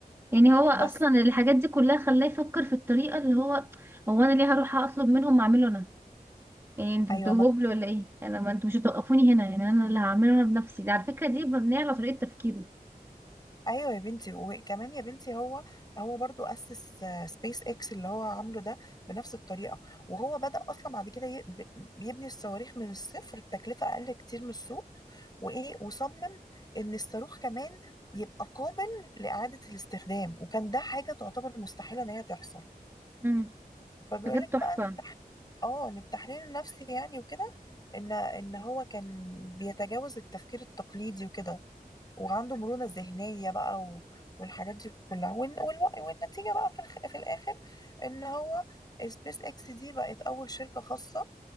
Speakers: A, on the right; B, on the left.
A: يعني هو اصلا
B: بس
A: الحاجات دي كلها خلاه يفكر في الطريقه اللي هو هو انا ليه هروح اطلب منهم واعمله انا يعني انتوا
B: ايوه
A: انتوا
B: ما
A: هبل ولا ايه انا ما انتوا مش هتوقفوني هنا يعني انا اللي هعمله انا بنفسي ده على فكره دي مبنيه على طريقه تفكيره
B: ايوه يا بنتي وكمان يا بنتي هو هو برضو اسس سبيس اكس اللي هو عامله ده بنفس الطريقه وهو بدأ اصلا بعد كده ي- ب- بيبني الصواريخ من الصفر بتكلفه اقل كتير من السوق وايه وصمم ان الصاروخ كمان يبقى قابل لإعادة الاستخدام وكان ده حاجة تعتبر مستحيلة ان هي تحصل
A: امم
B: فبيقول
A: بجد
B: لك
A: تحفة
B: بقى ان التحليل اه من التحليل النفسي يعني وكده ان ان هو كان بيتجاوز التفكير التقليدي وكده وعنده مرونة ذهنية بقى و... والحاجات دي كلها وال... وال... والنتيجة بقى في الخ... في الآخر إن هو سبيس إكس دي بقت أول شركة خاصة